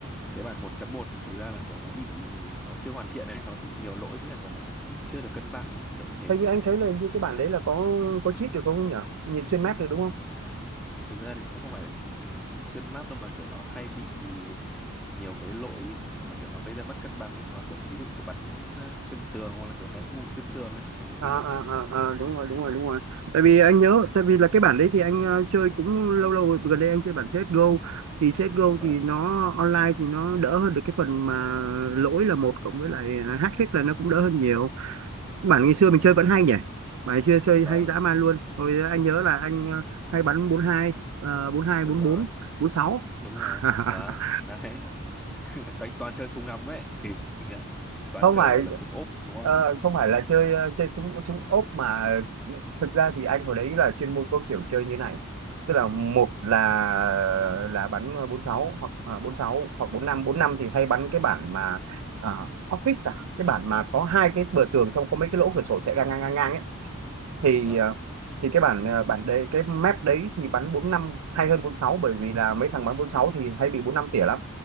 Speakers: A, in the centre; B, on the right.
A: cái bản một chấm một thực ra là kiểu nó bị nó chưa hoàn thiện ấy nó bị nhiều lỗi với cả kiểu nó cũng chưa được cân bằng ấy kiểu như thế
B: Hình như anh thấy là hình như cái bản đấy là có có cheat được không nhỉ? Nhìn xuyên map được đúng không?
A: thực ra thì cũng không phải ừm, xuyên map đâu mà kiểu nó hay bị nhiều cái lỗi mà kiểu nó gây ra mất cân bằng ấy hoặc là kiểu ví dụ kiểu bắn ờ, xuyên tường hoặc là kiểu ném mù xuyên tường ấy kiểu như thế
B: à, à, à, à, đúng rồi đúng rồi đúng rồi tại vì anh nhớ
A: đấy
B: tại vì là cái bản đấy thì anh ờ, chơi cũng lâu lâu rồi. gần đây anh chơi bản CSGO thì CSGO
A: vâng
B: thì nó online thì nó đỡ hơn được cái phần mà lỗi là một cộng với lại à, hack hết là nó cũng đỡ hơn nhiều bản ngày
A: đúng
B: xưa
A: rồi
B: mình chơi vẫn hay nhỉ bản ngày xưa chơi
A: vâng
B: hay dã man luôn hồi anh nhớ là anh ờ, hay bắn bốn bốn hai ờ, bốn hai
A: đúng
B: bốn
A: rồi
B: bốn bốn sáu
A: đúng
B: <laughs>
A: rồi vâng đấy <laughs> toàn toàn chơi súng ngắm đấy kỳ kinh ạ toàn
B: không
A: chơi
B: phải
A: gọi là súng ốp đúng không
B: ờ, không phải là chơi ờ, chơi súng súng ốp mà thực ra thì anh hồi đấy là chuyên môn có kiểu chơi như này tức là một là là bắn bốn sáu hoặc à, bốn sáu hoặc bốn năm bốn năm thì hay bắn cái bản mà à, office à cái bản mà có hai cái bờ tường xong có mấy cái lỗ cửa sổ chạy ngang ngang ngang ngang ấy thì
A: vâng
B: ờ, thì cái bản ờ, bản đấy cái map đấy thì bắn bốn năm hay hơn bốn sáu bởi vì là mấy thằng bắn bốn sáu thì hay bị bốn năm tỉa lắm